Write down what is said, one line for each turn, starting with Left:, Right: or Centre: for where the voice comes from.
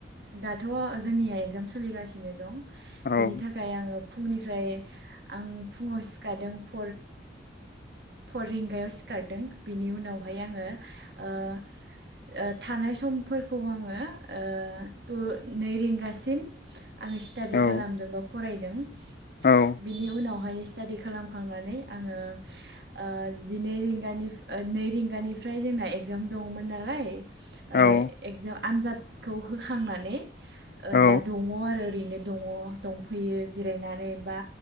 Right: दाथ' जोंनिया एगजाम सोलिगासिनो दं।
Left: औ
Right: बिनि थाखाय आंङो फुंनिफ्राय आं फुंङाव सिखारदों फ फर रिंगायाव सिखारदों बिनि उनावहाय आंङो ओह ओ थानाय सम फोर आंङो ओह थ नै रिंगासिम आंङो स्टाडि
Left: औ
Right: खालामदों फरायदों।
Left: औ
Right: बिनि उनावहाय स्टाडि खालामखांनानै आंङो ओ जिनै रिंगानि नै रिंगानिफ्राय जोंना एगजाम दंङमोन नालाय।
Left: औ
Right: ओ याव आनजादखौ होखांनानै ओ
Left: औ
Right: दा दंङ आरो। बेनो दंङ दंफैयो जिरायनानै बा